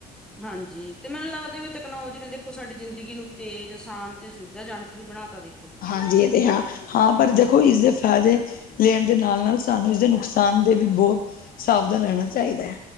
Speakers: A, in the centre; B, on the left (about 60°).
A: ਹਾਂਜੀ ਤੇ ਮੈਨੂੰ ਲੱਗਦਾ ਵੀ ਤੈਕਨੋਲੋਜੀ ਨੇ ਦੇਖੋ ਸਾਡੀ ਜ਼ਿੰਦਗੀ ਨੂੰ ਤੇਜ਼, ਆਸਾਨ ਤੇ ਸੁਵਿਧਾਜਨਕ ਵੀ ਬਣਾ ਤਾ ਦੇਖੋ।
B: ਹਾਂਜੀ ਏ ਤੇ ਹੈ। ਹਾਂ ਪਰ ਦੇਖੋ ਇਸਦੇ ਫੈਦੇ ਲੈਣ ਦੇ ਨਾਲ-ਨਾਲ ਸਾਨੂੰ ਇਸਦੇ ਨੁਕਸਾਨ ਦੇ ਵੀ ਬੋਤ ਸਾਵਧਾਨ ਰੈਣਾ ਚਾਈਦਾ ਐ।